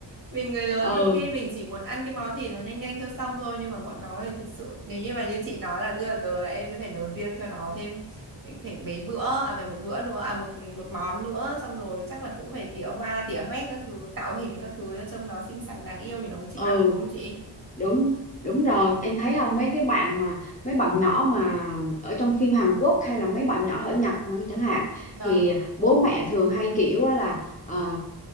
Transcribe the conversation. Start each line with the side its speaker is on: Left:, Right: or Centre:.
Right: Mình người lớn
Left: ừ
Right: nhiều khi mình chỉ muốn ăn cái món gì nó nhanh nhanh cho xong thôi nhưng mà bọn nó thì thực sự nếu như mà như chị nói là tức là giờ là em sẽ phải nấu riêng cho nó thêm phải mấy bữa à phải một bữa nữa à một một món nữa xong rồi chắc là cũng phải tỉa hoa tỉa hoét các thứ tạo hình các thứ cho trông nó xinh xắn đáng yêu thì nó mới chịu
Left: ừ
Right: ăn đúng không chị?
Left: đúng đúng rồi em thấy không mấy cái bạn mà mấy bạn nhỏ mà ở trong phim Hàn Quốc hay là mấy bạn nhỏ ở Nhật mà chẳng hạn
Right: Vâng,
Left: thì bố mẹ thường hay kiểu á là ờ,